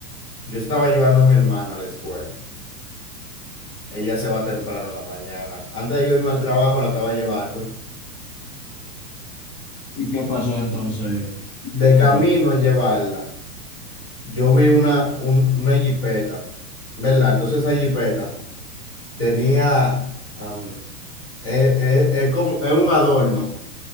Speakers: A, on the right; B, on the left.
A: yo estaba llevando a mi hermana a la escuela. Ella se va temprano en la mañana. Antes de yo irme al trabajo, la estaba llevando.
B: ¿Y qué pasó entonces?
A: De
B: Otra-
A: camino a llevarla. Yo vi una, un- una jipeta, ¿verdad? Entonces esa jipeta tenía, am, es, es- es como, es un adorno